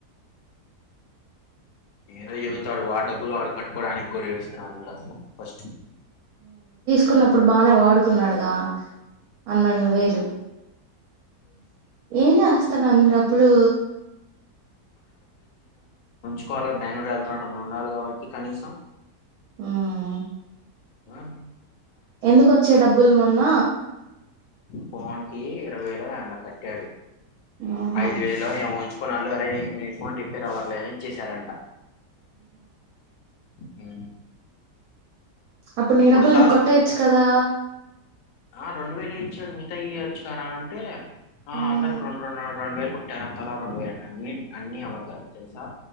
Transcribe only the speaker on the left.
ఏ ఇవతాడు వాడి డబ్బులు ఆడు కట్టుకోడాని గోడు ఏడుస్తున్నాడు చూడసలు ఫస్ట్
ప్చ్
క్కోడే బెంగ్ళూరు వెళ్తున్నడని ఉండాలిగా వాడికి కనీసం
వన్
ఫోన్ కి ఇరవైవేలో ఏన్నో కట్టాడు
ఐదు వేలో ఏమో ఉంచుకున్నాళ్ళు అరే రే మీ ఫోన్ రిపేర్ అవ్వట్లే అని ఇచ్చేసారంట హ
సార్లు
ఆ రెండు వేలే ఇచ్చారు త ఈయొచ్చు కారా అంటే ఆ
అందరిక్ రొండ్రెండన్ రెండ్ వేల్ కుట్టారా తలా రెండు వేలట అన్నీ అన్ని అవద్దాలే తెలుసా